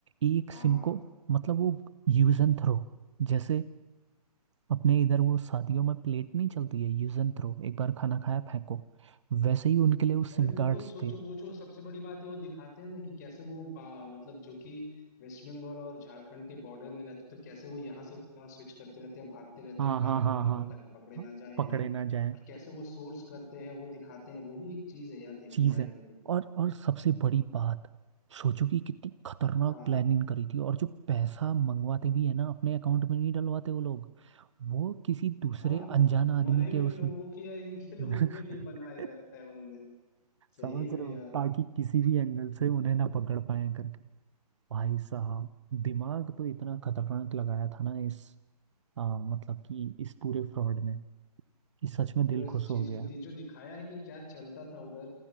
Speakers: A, on the right; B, on the left.
A: एक सिम
B: हाँ
A: को मतलब वो यूज एंड थ्रो जैसे अपने इधर वो शादियों में प्लेट नहीं चलती है यूज एंड थ्रो एक बार खाना खाया फेंको वैसे ही उनके लिए वो
B: अरे
A: सिम
B: वो
A: कार्ड्स
B: तो सोचो
A: थे
B: वो जो सबसे बड़ी बात है वो दिखाते हैं ना कि कैसे वो आ, मतलब जो कि वेस्ट बंगाल और झारखंड के बॉर्डर में रहते तो कैसे वो यहाँ से वहां स्विच करते रहते हैं भागते रहते
A: हाँ
B: हैं क्राइम
A: हाँ हाँ
B: करने के
A: हाँ
B: बाद ताकि पकड़े
A: हाँ,
B: ना जाए
A: पकड़े
B: ये
A: ना जाए
B: और कैसे वो सोर्स करते हैं वो दिखाते हैं वो भी एक चीज है यार देखने
A: चीज
B: लायक
A: है
B: लेकिन
A: और और सबसे बड़ी बात सोचो कि कितनी खतरनाक
B: हाँ
A: प्लानिंग करी थी और जो पैसा मंगवाते भी है ना अपने अकाउंट में नहीं डलवाते वो लोग वो किसी दूसरे
B: हाँ
A: अनजान आदमी
B: मरे हुए
A: के उसमें
B: लोगों की यार इनके लोगों
A: <laughs>
B: के लिए बनाया रखता है उन्होंने सही
A: समझ
B: में
A: रहे
B: यार
A: हो ताकि किसी भी एंगल से उन्हें ना पकड़ पाए करके भाई साहब दिमाग तो इतना खतरनाक लगाया था ना इस आ, मतलब कि इस पूरे फ्रॉड ने कि सच में
B: पूरे
A: दिल खुश हो
B: चीज
A: गया
B: को दी जो दिखाया है कि क्या चलता था उधर